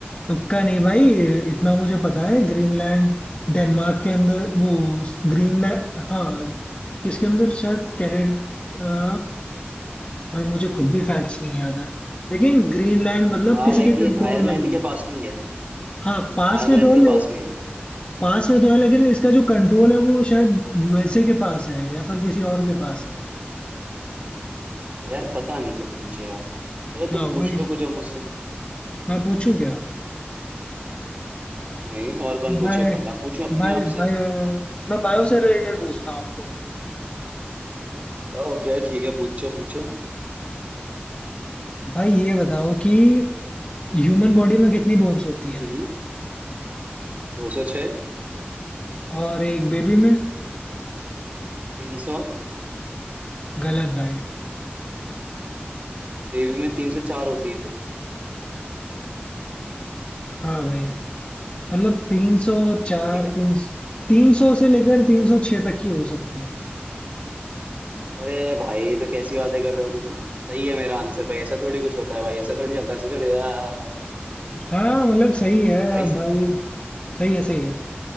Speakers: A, on the left; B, on the right.
A: तुक्का नहीं भाई इतना मुझे पता है ग्रीनलैंड डेनमार्क के अंदर वो ग्रीनलैंड हाँ किसके अंदर शायद कनाडा भाई मुझे खुद भी फैक्ट्स नहीं याद है लेकिन ग्रीनलैंड मतलब
B: आ
A: किसी
B: लाइक
A: के
B: ये
A: कंट्रोल
B: आयरलैंड
A: में ही
B: के
A: है
B: पास में ही है
A: हाँ पास
B: आयरलैंड
A: में तो
B: के पास
A: है
B: में है ये।
A: पास में तो है लेकिन इसका जो कंट्रोल है वो शायद यूएसए के पास है या फिर किसी और के पास है
B: यार पता नहीं वो तो मुझे यार चलो
A: हाँ
B: तुम पूछ
A: वही
B: लो कुछ अब मुझसे
A: मैं पूछूं क्या
B: नहीं और कौन पूछेगा
A: बाय
B: मैं पूछूं अपने
A: बाय
B: आप से
A: बाय मैं बायो से रिलेटेड पूछता हूँ आपसे
B: ओके ठीक है पूछो पूछो
A: भाई ये बताओ कि ह्यूमन बॉडी में कितनी बोन्स होती
B: हम्म
A: हैं
B: दो सौ छः
A: और एक बेबी में
B: तीन सौ
A: गलत भाई
B: देवी में तीन सौ चार होती है फिर
A: हाँ भाई मतलब
B: हैं?
A: तीन सौ चार
B: ठीक है
A: तीन तीन सौ से लेकर तीन सौ छह तक की हो सकती हैं
B: अरे भाई ये तो कैसी बातें कर रहे हो तुम सही है मेरा आंसर भाई ऐसा थोड़ी कुछ होता है भाई ऐसा थोड़ी चलता है ऐसा थोड़ी आ,
A: हाँ मतलब सही है
B: भाई
A: भाई
B: सब ठीक
A: सही है सही है